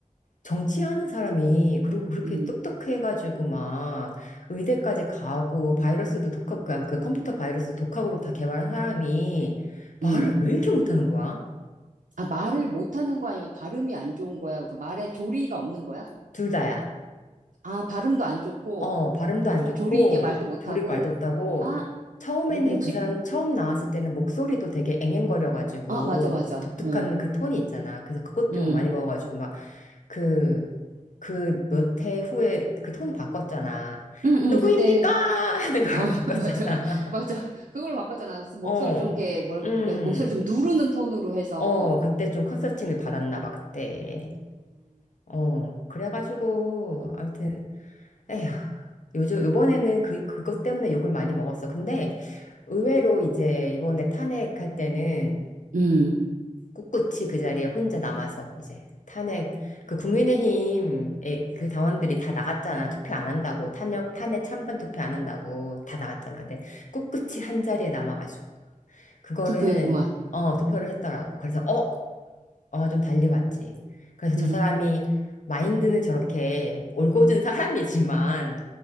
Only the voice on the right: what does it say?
응
응
아, 말을 못하는 거 아니면 발음이 안 좋은 거야? 그러니까 말에 조리가 없는 거야?
아, 발음도 안 좋고,
좀
조리 있게 말도 못하고,
아,
왜 그러지?
아, 맞아, 맞아.
응,
응.
응응
그때
어
<laughs> 맞아 맞아 그걸로 바꿨잖아 목소리
좀 이렇게 뭘
뭐가 목소리 좀 누르는 톤으로 해서
음어음음음음음음음
투표했구만
음음음음아